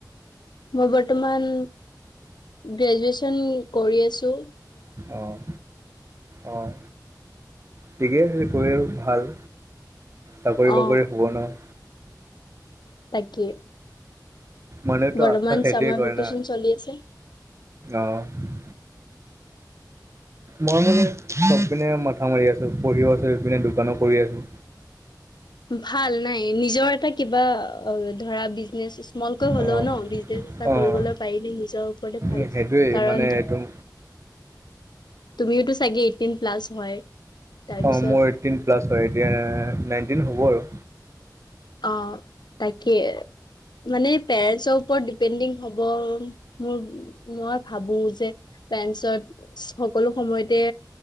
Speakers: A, on the left (about 80°); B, on the right (about 40°).
A: মই বৰ্তমান গ্ৰেজুৱে্চন কৰি আছোঁ।
B: অ', অ', ঠিকে আছে কৰিলে ভাল। চাকৰি-বাকৰি
A: অ
B: হ'ব ন'!
A: তাকে।
B: মানুহেতো
A: বৰ্তমান
B: আশা সেইটোৱে
A: চামাৰ
B: কৰে
A: ভেকেচন
B: না,
A: চলি আছে
B: আহ। মই মানে চবপিনে মথা মাৰি আছোঁ, পঢ়িও আছো ইপিনে দোকানো কৰি আছোঁ।
A: ভাল নাই নিজৰ এটা কিবা অ', ধৰা বিজনেছ স্মলকৈ হ'লেও
B: অঁ
A: ন' বিজনেচ এটা
B: অঁ
A: কৰিবলৈ পাৰিলে নিজৰ ওপৰতে ভাল।
B: সেইটোৱেই
A: কাৰণ
B: মানে একদম।
A: তুমি তো চাগে এইটিন প্লাছ হয় তাৰপিছত
B: অ', মোৰ এইটটিন প্লাছ হয়, এতিয়া নাইনটিন হ'ব আৰু।
A: অ', তাকে। মানে পেৰেন্টছৰ ওপৰত ডিপেণ্ডিং হ'ব মোৰ মই ভাবো যে, পেৰেণ্টছৰ সকলো সময়তে